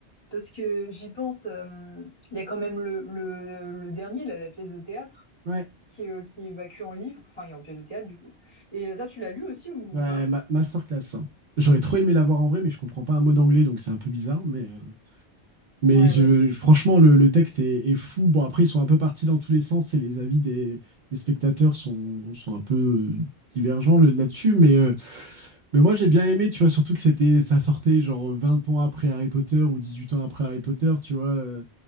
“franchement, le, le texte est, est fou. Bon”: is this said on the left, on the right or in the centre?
Right